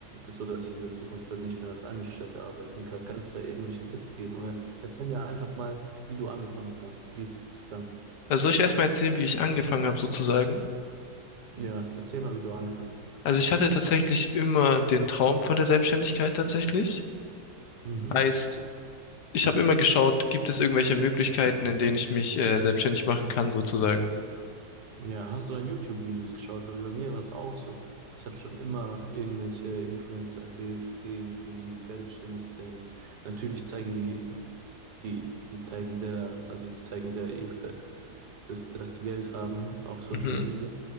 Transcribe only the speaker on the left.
Also soll ich erstmal erzählen, wie ich angefangen habe sozusagen?
Also ich hatte tatsächlich immer den Traum von der Selbstständigkeit tatsächlich.
Heißt, ich habe immer geschaut, gibt es irgendwelche Möglichkeiten, in denen ich mich äh, selbstständig machen kann sozusagen.
Mhm.